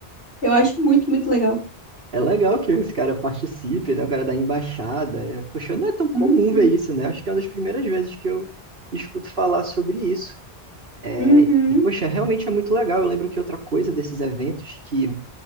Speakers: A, on the left; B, on the right.
A: Eu acho muito, muito legal.
B: é legal que esse cara participe, né, o cara da embaixada. É, Poxa, não é tão comum
A: Uhum,
B: ver isso, né? Acho que é uma das primeiras vezes que eu escuto falar sobre isso. É,
A: uhum,
B: E, poxa, realmente é muito legal. Eu lembro que outra coisa desses eventos que